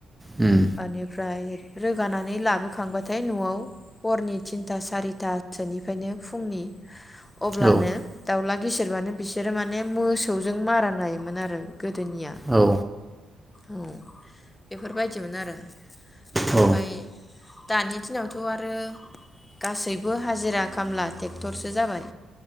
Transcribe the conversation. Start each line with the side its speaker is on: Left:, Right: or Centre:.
Centre: उम
Left: आ ओमफ्राय रोगानानै लाबोखांबाथाय न'आव हरनि थिनथा सारिथासोनिफ्रायनो फुंनि अब्लानो
Centre: औ
Left: दाउला गिसिरबानो बिसोरो माने मोसौजों मारा नायोमोन आरो गोदोनिया
Centre: औ
Left: ओ बेफोरबायदिमोन आरो ओमफ्राय
Centre: औ
Left: दानि दिनावथ' आरो गासैबो हाजिरा खामला ट्रेक्टरसो जाबाय